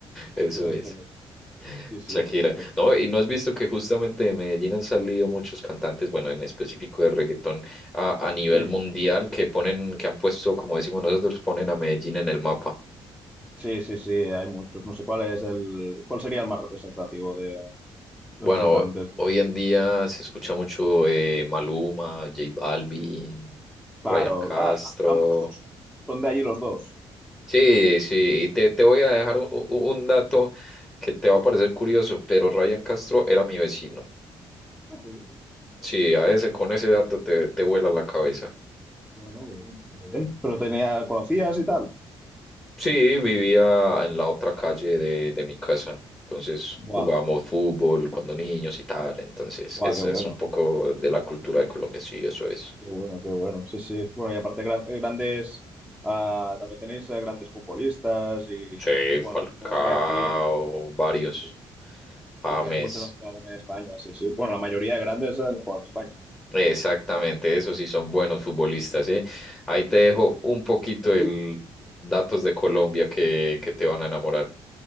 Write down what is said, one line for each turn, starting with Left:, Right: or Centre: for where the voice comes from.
Left: Eso
Centre: entonces,
Left: es,
Centre: pues, bueno, sí, sí,
Left: Shakira.
Centre: o sea, pues,
Left: No, y no has visto que justamente de Medellín han salido muchos cantantes, bueno, en específico de reggaetón a, a nivel
Centre: sí,
Left: mundial que ponen, que han puesto, como decimos nosotros, ponen a Medellín en el mapa.
Centre: sí, sí, sí, hay muchos. No sé cuál es el, cuál sería el más representativo de
Left: Bueno,
Centre: los cantantes.
Left: hoy
Centre: de-
Left: en día se escucha mucho eh, Maluma, J Balvin, Ryan
Centre: Claro,
Left: Castro.
Centre: Ah, ah, am- so- so- son de allí los dos.
Left: Sí, sí, y te, te voy a dejar u- u- un dato que te va a parecer curioso, pero Ryan Castro era mi vecino.
Centre: Ah, sí.
Left: Sí, a ese, con ese dato te, te vuela la cabeza.
Centre: Bueno, bueno, está bien. Pero tenía, ¿conocías y tal?
Left: Sí, vivía en la otra calle de, de mi casa. Entonces
Centre: Buah,
Left: jugábamos fútbol cuando niños y tal. Entonces,
Centre: buah,
Left: ese
Centre: qué bueno,
Left: es un poco de la cultura de Colombia, sí, eso es.
Centre: qué bueno, qué bueno. Sí, sí. Bueno, y aparte gran- eh, grandes, ah, también tenéis eh, grandes futbolistas y
Left: Sí,
Centre: bueno,
Left: Falcao,
Centre: supongo que aquí en-
Left: varios,
Centre: sí, sí,
Left: James.
Centre: sí que hay muchos que han jugado en España, sí, sí. Bueno, la mayoría de grandes han jugado en España.
Left: Exactamente, esos sí son buenos futbolistas, ¿eh? Ahí te dejo
Centre: Sí, sí.
Left: un poquito el
Centre: Uy,
Left: datos de Colombia que, que te van a enamorar.